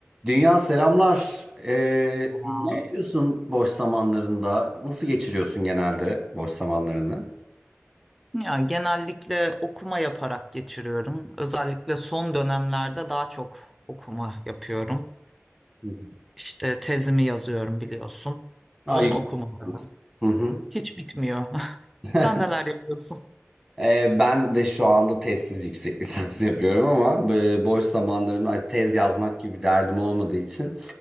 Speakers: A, on the right (about 20°); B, in the centre.
A: Dünya selamlar. Ee,
B: Tamam.
A: ne yapıyorsun boş zamanlarında? Nasıl geçiriyorsun genelde boş zamanlarını?
B: Ya genellikle okuma yaparak geçiriyorum. Özellikle son dönemlerde daha çok okuma yapıyorum.
A: <laughs> Hı hı.
B: İşte tezimi yazıyorum biliyorsun.
A: Aa,
B: Onun
A: yük-
B: okumaları
A: Hı hı.
B: hiç bitmiyor. <laughs>
A: <laughs>
B: Sen neler yapıyorsun?
A: Ee, ben de şu anda tezsiz yüksek lisans <laughs> yapıyorum ama e, boş zamanlarımda ay, tez yazmak gibi derdim olmadığı için